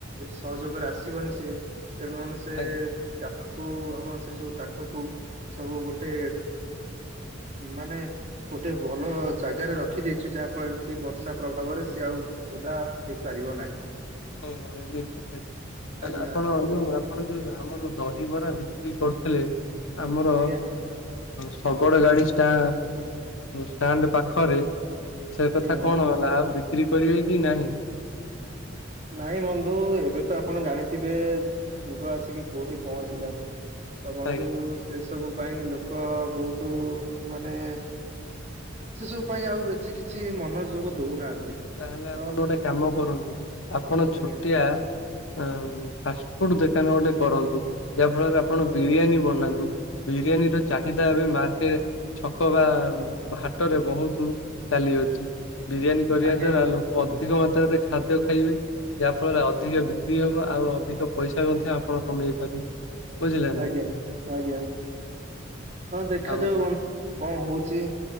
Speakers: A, on the right (about 35°); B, on the left (about 85°).
A: ସହଯୋଗରେ ଆସିବନି ସିଏ ତେଣୁ ଆମେ ସେ ସେ
B: ଆଜ୍ଞା
A: ଜାଗାକୁ ଆମର ସେଇ ଯୋଉ କାଠ କୁ ସବୁ ଗୋଟେ ମାନେ ଗୋଟେ ଭଲ ଜାଗାରେ ରଖିଦେଇଛୁ ଯାହାଫଳରେ କି ବର୍ଷା ପ୍ରଭାବରେ ସିଏ ଆଉ ଓଦା ହେଇ ପାରିବ ନାହିଁ।
B: ଓହୋ ଏମିତି କଥା କି ତାହାଲେ
A: ଆଜ୍ଞା
B: ଆପଣ ଯୋଉ ଆ ଆପଣ ଯୋଉ ଆମର ଦହିବରା ବିକ୍ରି କରୁଥିଲେ ଆମର
A: ଆଜ୍ଞା
B: ଶଗଡ ଗାଡି ଷ୍ଟା ଷ୍ଟାଣ୍ଡ ପାଖରେ ସେ
A: ଆଜ୍ଞା
B: କଥା
A: ବନ୍ଧୁ।
B: କଣ ହେଲା ଆଉ ବିକ୍ରି କରିବେ କି ନାହିଁ।
A: ନାଇଁ ବନ୍ଧୁ ଏବେ ତ ଆପଣ ଜାଣିଥିବେ ଯୁଗ ଆସିକି କୋଉଠି ପହଞ୍ଚିଲାଣି। ତ ବନ୍ଧୁ
B: ଆଜ୍ଞା।
A: ସେ ସବୁ ପାଇଁ ଲୋକ ବହୁତୁ ମାନେ ସେ ସବୁ ପାଇଁ ଆଉ ବେଶୀ କିଛି ମନୋଯୋଗ ଦଉନାହାନ୍ତି।
B: ତାହେଲେ
A: ତ
B: ଆପଣ ଗୋଟେ କାମ କରନ୍ତୁ ଆପଣ
A: ଆଜ୍ଞା
B: ଛୋଟିଆ ଫାଷ୍ଟଫୁଡ ଦେକାନ ଗୋଟେ କରନ୍ତୁ ଯାହା ଫଳରେ ଆପଣ ବିରିୟାନୀ ବନାନ୍ତୁ। ବିରିୟାନୀର ଚାହିଦା ଏବେ ମାର୍କେ ଛକ ବା ହାଟରେ ବହୁତୁ ଚାଲି ଅଛି। ବିରିୟାନୀ କରିବା
A: ଆଜ୍ଞା
B: ଦ୍ଵାରା ଲୋକ ଅଧିକ ମାତ୍ରାରେ ଖାଦ୍ୟ ଖାଇବେ ଯାହା ଫଳରେ ଅଧିକ ବି ଧି ହବ ଆଉ ଅଧିକ ପଇସା ମଧ୍ୟ ଆପଣ କମେଇ ପାରିବେ ବୁଝିଲେନା।
A: ଆଜ୍ଞା ଆଜ୍ଞା। ହଁ ଦେଖାଯାଉ
B: ଆଉ
A: ବନ୍ଧୁ କଣ ହଉଚି।